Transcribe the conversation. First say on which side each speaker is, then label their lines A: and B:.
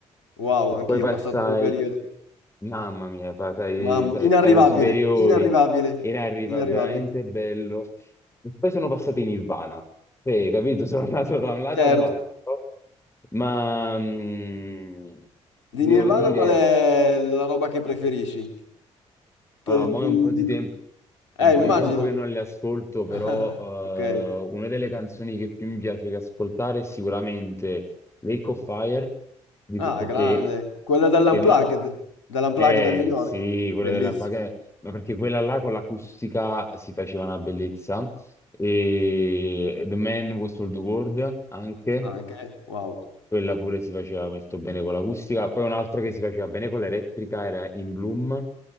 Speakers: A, on the left (about 85°); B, on the left (about 15°).
A: Wow,
B: e
A: anch'io
B: poi passai,
A: ho passato quel periodo.
B: mamma mia, passai,
A: Mamma,
B: sai,
A: inarrivabile,
B: alle superiori,
A: inarrivabile,
B: era arriva
A: inarrivabile.
B: veramente bello. E poi sono passato in Nirvana, Eh, capito? Sono andato da un lato
A: Certo.
B: all'altro, ma mm,
A: Di
B: ti devo
A: Nirvana
B: dire,
A: qual è la roba che preferisci?
B: Allora,
A: Che-
B: mo è
A: mm,
B: un po' di
A: di-
B: tempo,
A: Eh,
B: è un
A: immagino.
B: po' di tempo che non le ascolto, però
A: <laughs> Ok.
B: eh, una delle canzoni che più mi piace che ascoltare è sicuramente Lake of Fire, dico-
A: Ah,
B: perché
A: grande. Quella
B: è
A: dell'Unplugged,
B: è una...
A: dell'Unplugged
B: Eh
A: a New York.
B: sì,
A: Bellissimo.
B: quella della Lampaghe- ma perché quella là con l'acustica si faceva una bellezza. E The Man Who Sold the World anche.
A: Anche, wow.
B: Quella pure si faceva molto bene con l'acustica. Poi un'altra che si faceva bene con l'elettrica era In Bloom,